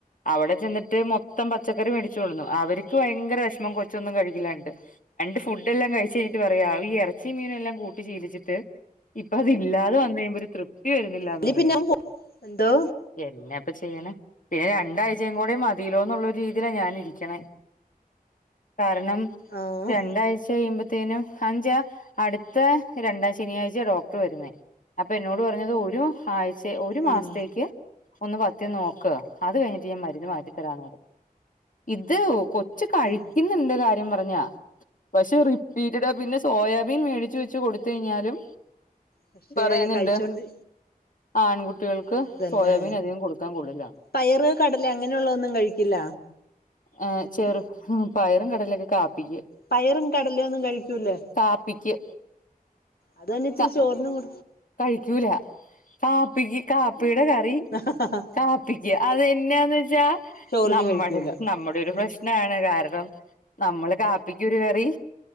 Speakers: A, on the left (about 60°); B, on the left (about 85°).
A: അവിടെ ചെന്നിട്ട് മൊത്തം പച്ചക്കറി മേടിച്ചൊടുന്നു അവർക്ക് ഭയങ്കര വിഷ്മം കൊച്ചൊന്നും കഴിക്കലാട്ട്. രണ്ട് ഫുഡ് എല്ലാം കഴിച്ചെഴിഞ്ഞിട്ട് പറയാ ഈ ഇറച്ച മീനെല്ലാം കൂട്ടി ശീലിച്ചിട്ട്. ഇപ്പൊ അതില്ലാതെ വന്ന്ഴിമ്പോ ഒരു തൃപ്തി വരുന്നില്ലാന്ന്
B: അല്ലെ
A: പറയാ.
B: പിന്നെ അവൻ പോ എന്തോ
A: എന്നാപ്പൊ ചെയ്യണെ ദേ രണ്ടാഴ്ചയും കൂടെ മതിലോന്നുള്ളൊരു രീതീലാ ഞാനിരിക്കണെ. കാരണം
B: ആഹ്
A: രണ്ടാഴ്ച കഴിയുമ്പോതന്ന പത്തിേനും അഞ്ച അടുത്ത രണ്ടാം ശനിയാഴ്ച ഡോക് വരുന്ന അപ്പൊ എന്നോട് പറഞ്ഞത് ഒരു ആഴ്ച ഒരു മാസത്തേക്ക്
B: ഉം
A: ഒന്ന് പത്തി നോക്ക അത് കഴിഞ്ഞിട്ട് ഞാൻ മരുന്ന് മാറ്റിത്തരാന്നത് ഇത് കൊ ഇച്ച് കഴിക്കുന്നുന്റെ
B: ഉം
A: കാര്യം പറഞ്ഞാ പക്ഷെ റിപ്പീറ്റഡ പിന്നെ സോയാബീൻ മേടിച്ച് വെച്ച് കൊടുത്ത കഴിഞ്ഞാലും
B: പക്ഷെ
A: പറയുന്നുണ്ട്
B: കഴിച്ചോണ്ട്
A: ആൺകുട്ടികൾക്ക്
B: അത് തന്നെ
A: സോയാബീൻ അധികം കൊടുക്കാൻ കൊള്ളില്ല
B: പയറ് കടല് അങ്ങനെയുള്ളതൊന്നും കഴിക്കില്ല
A: ആ്ഹ് ചെറു
B: ഉം
A: പയറും കടലൊക്കെ കാപ്പിക്ക്
B: പയറും കടല ഒന്നും കഴിക്കൂല്ലേ
A: കാപ്പിക്ക്
B: അത് തന്നെ ഇച്ചിരി
A: ക
B: ചോറിനും കൊ
A: കഴിക്കൂല കാപ്പിക്ക് കാപ്പിയുടെ കറി
B: ആഹ ഹ ഹ
A: കാപ്പിക്കു അതെയെന്നയുന്ന വെച്ച
B: ചോറിന്
A: നമ്മുടെ
B: കഴിക്കൂല
A: നമ്മുടെ ഒരു പ്രശ്നാണ്
B: ഉം
A: കാരണം നമ്മള് കാപ്പിക്കുരു കറി